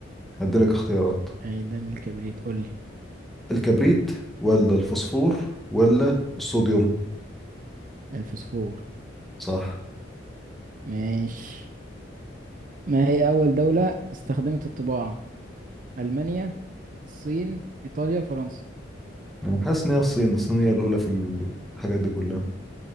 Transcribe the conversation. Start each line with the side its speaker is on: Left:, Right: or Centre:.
Centre: هديلك اختيارات
Right: عيدان الكبريت قول لي
Centre: الكبريت ولا الفوسفور ولا الصوديوم
Right: الفسفور
Centre: صح
Right: ماشي ما هي أول دولة استخدمت الطباعة ألمانيا الصين إيطاليا فرنسا
Centre: انا حاسس ان هي الصين الصين هي الاولى في الحاجات دي كلها